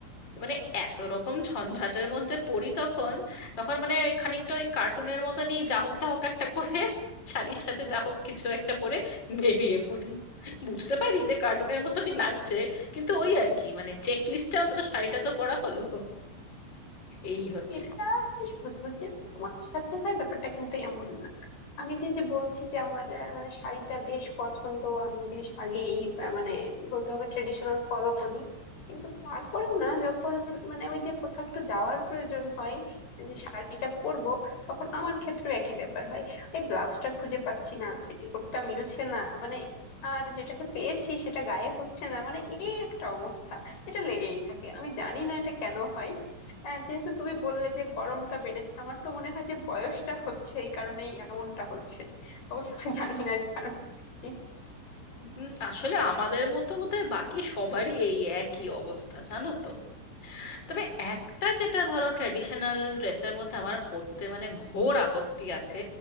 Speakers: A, on the left (about 20°); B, on the left (about 50°).
A: মানে এত রকম ঝঞ্ঝাটের মধ্যে পড়ি তখন তখন মানে খানিকটা ওই কার্টুনের মতনই যা হোক তা হোক একটা করে শাড়ির সাথে যা হোক কিছু একটা পরে বেরিয়ে পড়ি বুঝতে পারি যে কার্টুনের মতনই লাগছে কিন্তু ওই আর কি মানে চেক লিস্টে অন্তত শাড়িটা তো পরা হলো এই হচ্ছে
B: এটা মানে শুধু যে তোমার সাথে হয় ব্যাপারটা কিন্তু এমন না আমি যে যে বলছি যে আমার আহ, মানে শাড়িটা বেশ পছন্দ আমি বেশ আগেই আহ, মানে বলতে হবে ট্রেডিশনাল ফলো করি কিন্তু তারপরেও না যখন মানে ওই যে কোথাও একটু যাওয়ার প্রয়োজন হয় যে শাড়িটা পরবো তখন আমার ক্ষেত্রেও একই ব্যাপার হয় ওই ব্লাউজটা খুঁজে পাচ্ছি না পেটিকোটটা মিলছে না মানে আর যেটাকে পেয়েছি সেটা গায়ে হচ্ছে না মানে এই একটা অবস্থা এটা লেগেই থাকে আমি জানি না এটা কেন হয় হ্যাঁ যেহেতু তুমি বললে যে গরমটা বেড়েছে আমার তো মনে হয় যে বয়সটা হচ্ছে এই কারণেই এমনটা হচ্ছে অবশ্য আমি জানি না এর কারণটা কি
A: উম, আসলে আমাদের মতো বোধহয় বাকি সবারই এই একই অবস্থা জানো তো তবে একটা যেটা ধরো ট্র্যাডিশনাল ড্রেসের মধ্যে আমার পড়তে মানে ঘোর আপত্তি আছে